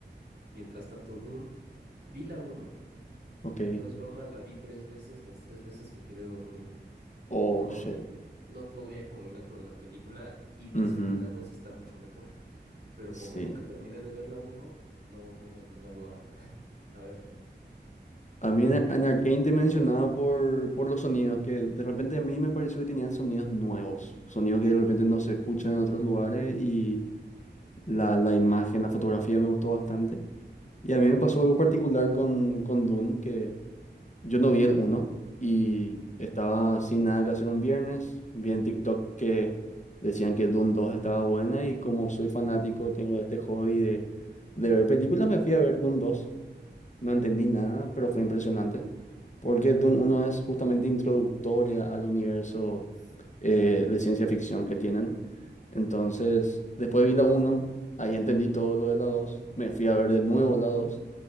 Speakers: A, on the right; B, on the left.
A: Mientras tanto, Dune, vi la uno.
B: ok.
A: no es broma, la vi tres veces, las tres veces me quedé dormido.
B: Oh,
A: No,
B: shit.
A: no podía con lo lento de la película y dicen
B: Ujú,
A: que la 2 está mucho mejor, pero
B: Sí.
A: como nunca terminé de ver la uno, no, no me he animado a, <laughs> a verla.
B: A mí en, en Arcane te mencionaba por, por los sonidos, que de repente a mí me pareció que tenían sonidos nuevos, sonidos que de repente no se escuchan en otros lugares y la, la imagen, la fotografía me gustó bastante. Y a mí me pasó algo particular con, con Dune, que yo no vi el uno y estaba sin nada que hacer un viernes, vi en TikTok que decían que Dune dos estaba buena y como soy fanático, tengo este hobby de, de ver películas, me fui a ver Dune dos no entendí nada, pero fue impresionante, porque Dune uno es justamente introductoria al universo eh, de ciencia ficción que tienen. Entonces, después vi la uno ahí entendí todo lo de la dos me fui a ver de nuevo la 2